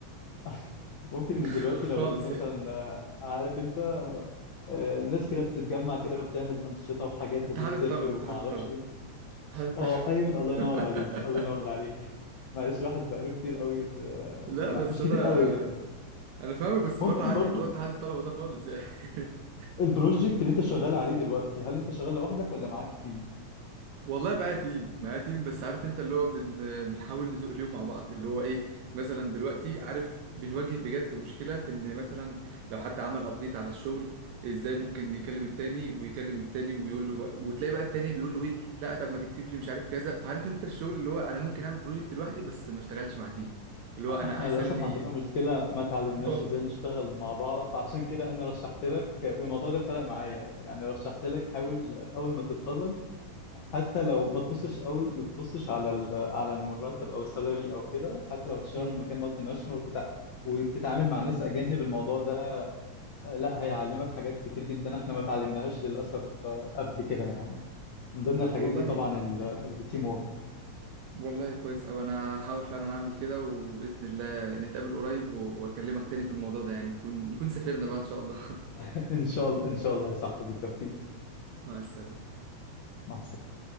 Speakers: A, on the left; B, on the right.
A: <laughs> ممكن
B: <laughs>
A: من دلوقتي لو
B: خالص
A: لقيت مثلا
B: يعني
A: آه، عارف أنت آه، ناس كده بتتجمع كده وبتعمل أنشطة وحاجات
B: اتحاد
A: وبتسافر
B: الطلب اتحاد
A: وما أعرفش
B: الطلب
A: إيه
B: اتحاد
A: اه ايوه
B: الطلب
A: الله ينور عليك الله ينور
B: <laughs>
A: عليك معلش الواحد بقاله كتير قوي في
B: لا
A: يعني
B: بس
A: مش
B: انا
A: كتير قوي
B: انا انا فاهمك بس
A: ممكن
B: بره عني
A: برضو
B: موضوع اتحاد الطلبه ده خالص يعني <laughs>
A: البروجكت اللي انت شغال عليه دلوقتي هل انت شغال لوحدك ولا معاك تيم
B: والله معايا تيم معايا تيم بس عارف انت اللي هو بن... بنحاول نزوق اليوم مع بعض اللي هو ايه مثلا دلوقتي عارف بنواجه بجد مشكله في ان مثلا لو حد عمل ابديت على الشغل ازاي ممكن يكلم التاني ويكلم التاني ويقول له بقى... وتلاقي بقى التاني بيقول له ايه لا طب ما تكتب لي مش عارف كذا فعارف انت الشغل اللي هو انا ممكن اعمل بروجكت لوحدي بس ما اشتغلش مع تيم اللي هو
A: احنا
B: انا احسن
A: للاسف
B: لي
A: عندنا مشكله ما تعلمناش
B: <laughs> اه
A: ازاي نشتغل مع بعض فعشان كده انا رشحت لك والموضوع ده فرق معايا يعني رشحت لك حاول اول ما تتخرج حتى لو ما تبصش قوي ما تبصش على ال- على المرتب او السالري او كده حتى لو تشتغل
B: مم.
A: في مكان مالتي ناشونال وتتع... وتتعامل مع ناس اجانب الموضوع ده آه، لا هيعلمك حاجات كتير جدا احنا ما اتعلمناهاش للاسف آه، قبل كده يعني من ضمن
B: طب
A: الحاجات
B: والله
A: دي طبعا التيم وورك
B: والله كويس أوي أنا هحاول فعلا أعمل كده وبإذن الله نتقابل قريب و- وأكلمك تاني في الموضوع ده يعني تكون نكون سافرنا بقى إن شاء الله
A: <laughs> ان شاء الله ان شاء الله يا صاحبي بالتوفيق
B: <laughs> مع السلامة
A: مع السلامه